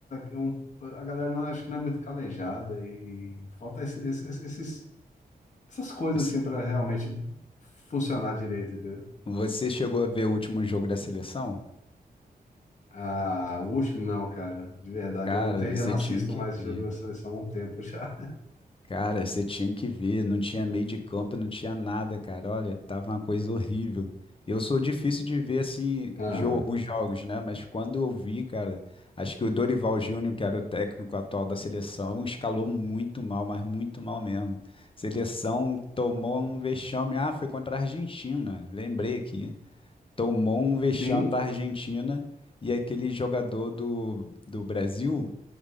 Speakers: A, on the left; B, on the left.
A: um, a galera não acho que não é muito calejada e falta esse- esse- esse- esses, essas coisas
B: Você
A: assim para realmente funcionar direito, entendeu?
B: você chegou a ver o último jogo da seleção?
A: Ah, o último não, cara, de verdade,
B: Cara,
A: eu não tenho, eu
B: você
A: não assisto
B: tinha que
A: mais
B: ver.
A: jogos da seleção há um tempo já.
B: Cara, você tinha que ver, não tinha meio de campo, não tinha nada, cara. Olha, tava uma coisa horrível. Eu sou difícil de ver assim
A: Ah.
B: jo- os jogos, né? Mas quando eu vi, cara, acho que o Dorival Júnior, que era o técnico atual da seleção, escalou muito mal, mas muito mal mesmo. Seleção tomou um vexame. Ah, foi contra a Argentina, lembrei aqui. Tomou um vexame
A: Tem.
B: para a Argentina e aquele jogador do, do Brasil